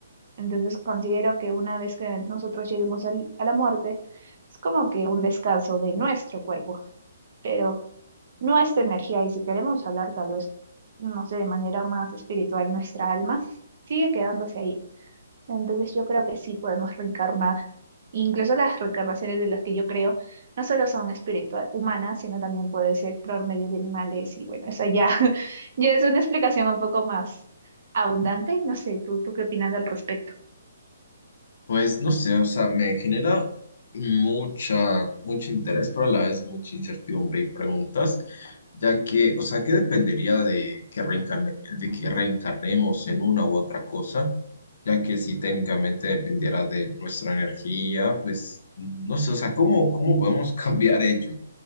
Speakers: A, on the right; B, on the left.
A: Entonces considero que una vez que nosotros lleguemos al- a la muerte, es como que un descanso de nuestro cuerpo, pero nuestra energía, y si queremos hablar tal vez, no sé, de manera más espiritual, nuestra alma sigue quedándose ahí. Entonces yo creo que sí podemos reencarnar. Incluso las reencarnaciones de las que yo creo no solo son espiritual humanas, sino también puede ser por medio de animales y bueno, eso ya, <laughs> ya es una explicación un poco más abundante y no sé, ¿tú, tú qué opinas al respecto?
B: Pues no sé, o sea, me genera mucha, mucho interés, pero a la vez mucha incertidumbre y preguntas, ya que, o sea, ¿qué dependería de que reencarne- de que reencarnemos en una u otra cosa? Ya que si técnicamente dependiera de nuestra energía, pues no sé, o sea, ¿cómo, cómo podemos <laughs> cambiar ello?